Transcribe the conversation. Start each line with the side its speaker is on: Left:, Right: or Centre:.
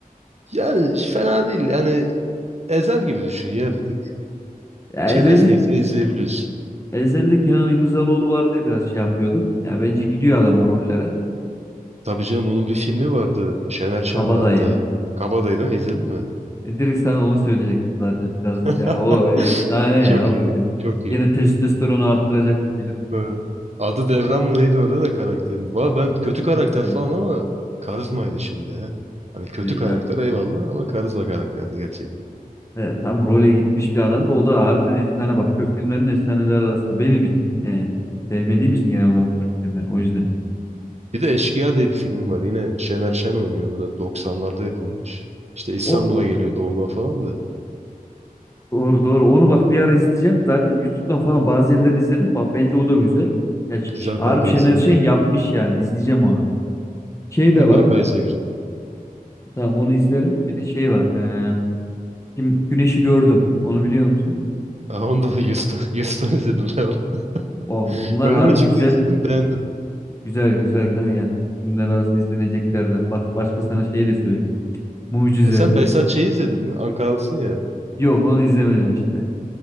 Right: Yani fena değil. Yani Ezel gibi düşün ya bir tık.
Left: Ya
Right: Çerez
Left: Ezeli,
Right: niyetini izleyebiliyorsun.
Left: Ezeli Kenan İmirzalıoğlu var diye biraz şey yapıyordum. Ya bence gidiyor adam o rollere.
Right: Tabii canım onun bir filmi vardı. Şener Şen'in
Left: Kabadayı.
Right: hatta. Kabadayı'dan izledin mi?
Left: E, direkt sana onu söyleyecektim zaten birazdan.
Right: <laughs>
Left: Ya o efsane ya
Right: Çok iyi.
Left: o film.
Right: Çok iyi.
Left: Yine testosteronu arttıracak bir film.
Right: Hı. Adı Devran mı neydi orada da karakterin? Valla ben kötü karakter
Left: E,
Right: falan ama karizmaydı şimdi ya. Hani kötü
Left: heyecan.
Right: karakter eyvallah ama karizma karakterdi gerçekten.
Left: E, tam role gitmiş bir adam da o da harbiden efsane bak. Türk filmlerinin efsaneleri arasında benim için. E, sevmediğim için genel olarak Türk filmleri. O yüzden.
Right: Bir de Eşkıya diye bir film var. Yine Şener Şen oynuyor. Bu da 90'larda yapılmış. İşte İstanbul'a
Left: O
Right: geliyor doğudan falan da.
Left: Doğru doğru. Onu bak bir ara izleyeceğim. Zaten YouTube'dan falan bazı yerlerini izledim. Bak bence o da güzel. Ya Ş- Ş-
Right: Güzel
Left: harbi
Right: kanka
Left: Şener
Right: izle mutlaka.
Left: Şen yapmış yani. İzleyeceğim onu. Şey
Right: Mutlaka
Left: de var.
Right: izle güzel.
Left: Tamam onu izlerim. Bir de şey var. Ee, kim Güneş'i gördüm. Onu biliyor musun?
Right: Aa, onu da Yus'tan, <laughs> Yus'tan izledim ben onu.
Left: Bak
Right: <laughs>
Left: bunlar
Right: Önüme
Left: harbi
Right: çıktı
Left: güzel.
Right: izledim beğendim.
Left: Güzel güzel kanka yani. Filmler arasında izleneceklerden. Bak başka sana şey de söyleyeyim. Mucize.
Right: E sen Behzat Ç'yi izledin mi? Ankaralısın ya.
Left: Yok onu izlemedim işte.